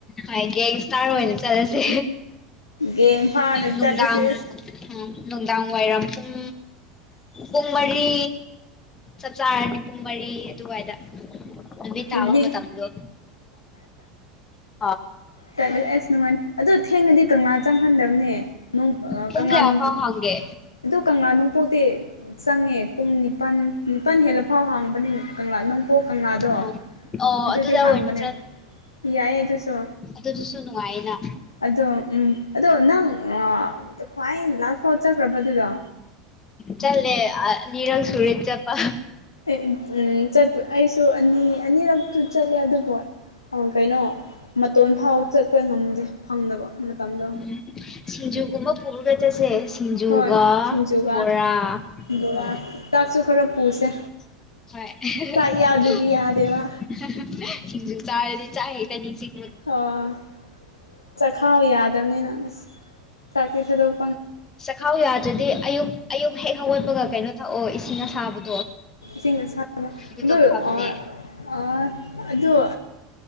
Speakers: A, on the left; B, on the left.
A: ꯍꯥꯏꯒꯦ ꯏꯁꯇꯥꯔ ꯑꯣꯏꯅ ꯑꯣꯏꯅ ꯆꯠꯂꯁꯦ
B: ꯒꯦꯡ ꯐꯥꯅ
A: ꯅꯨꯡꯗꯥꯡ
B: ꯆꯠꯂꯁꯦ
A: ꯎꯝ ꯅꯨꯡꯗꯥꯡ ꯋꯥꯏꯔꯝ ꯄꯨꯡ ꯄꯨꯡ ꯃꯔꯤ ꯆꯞ ꯆꯥꯔꯅꯤ ꯄꯨꯡ ꯃꯔꯤ ꯑꯗꯨꯋꯥꯏꯗ ꯑꯃꯤ ꯇꯋꯥꯃ
B: ꯏꯚꯤꯅꯤꯡ
A: ꯇꯗꯣ ꯑ
B: ꯆꯠꯂ ꯑꯁ ꯅꯨꯡꯉꯅꯤ ꯑꯗꯨ ꯊꯦꯡꯅꯗꯤ ꯀꯪꯂꯥ ꯆꯪꯍꯟꯗꯕꯅꯦ
A: ꯄꯨꯡ
B: ꯀꯪꯂꯥ
A: ꯀꯌꯥ
B: ꯅꯣꯡꯄꯣꯛ
A: ꯐꯥꯎ ꯍꯥꯡꯒꯦ
B: ꯑꯗꯨ ꯀꯪꯂꯥꯅꯨꯡ ꯅꯣꯡꯄꯣꯛꯇꯤ ꯆꯪꯉꯦ ꯄꯨꯡ ꯅꯤꯄꯜ ꯅꯤꯄꯜ ꯍꯦꯜꯂ ꯐꯥꯎ ꯍꯥꯡꯕꯅꯤ ꯀꯪꯂꯥ ꯅꯣꯡꯄꯣꯛ ꯀꯪꯂꯥꯗꯣ
A: ꯑꯣ ꯑꯣ
B: ꯑꯗꯨꯗꯤ
A: ꯑꯗꯨꯗ ꯑꯣꯏꯅ
B: ꯍꯥꯡꯕꯅꯦ ꯌꯥꯏ ꯑꯗꯨꯁꯨ
A: ꯑ ꯑꯗꯨ ꯑꯗꯨ ꯁꯅ ꯋꯥꯏꯅ
B: ꯑꯗꯣ ꯎꯝ ꯑꯗꯣ ꯅꯪ ꯈ꯭ꯋꯥꯏ ꯂꯥꯁ ꯐꯥꯎ ꯆꯠꯈ꯭ꯔꯕ ꯑꯗꯨꯗꯣ
A: ꯆꯜꯦ ꯅꯤꯔꯪ ꯁꯨꯔꯦ ꯆꯄ
B: ꯎꯝꯄ ꯑꯩꯁꯨ ꯑꯅꯤ ꯑꯅꯤꯔꯛꯇꯨ ꯆꯠꯂꯦ ꯑꯗꯨꯕꯨ ꯀꯩꯅꯣ ꯃꯇꯣꯟ ꯐꯥꯎꯕ ꯆꯠꯄ ꯉꯝꯗꯦ ꯐꯪꯗꯕ ꯃꯇꯝꯗꯣ
A: ꯎꯝ ꯁꯤꯡꯖꯨꯒꯨꯝꯕ ꯄꯨꯔꯒ ꯆꯠꯁꯦ ꯤꯟ ꯌꯨꯒ
B: ꯍꯣꯏ ꯁꯤꯡꯖꯨꯒ
A: ꯕꯣꯔꯥ
B: ꯕꯣꯔꯥ
A: ꯎ
B: ꯆꯥꯛꯁꯨ ꯈꯔ ꯄꯨꯁꯦ
A: ꯍꯣꯏ
B: ꯆꯥꯛ
A: ꯁꯤꯡꯖꯨ
B: ꯌꯥꯎꯗ꯭ꯔꯗꯤ ꯌꯥꯗꯦꯕ
A: ꯆꯥꯔꯗꯤ ꯆꯥꯛ ꯍꯩꯛꯇꯅꯤꯁꯤꯡ
B: ꯑꯣ ꯆꯥꯛꯈꯥꯎ ꯌꯥꯗꯕꯅꯤꯅ ꯑꯁ ꯆꯥꯛꯇ ꯊꯥꯗꯣꯛ
A: ꯆꯈꯥꯎ ꯌꯥꯗ꯭ꯔꯗꯤ ꯑꯌꯨꯛ ꯑꯌꯨꯛ ꯍꯦꯛ ꯍꯧꯒꯠꯄꯒ ꯀꯩꯅꯣ ꯊꯛꯑꯣ ꯏꯁꯤꯡ ꯑꯁꯥꯕꯗꯣ
B: ꯁꯤ
A: ꯑꯗꯨꯗꯣ
B: ꯑ
A: ꯐꯕꯅꯦ
B: ꯑ ꯑꯗꯣ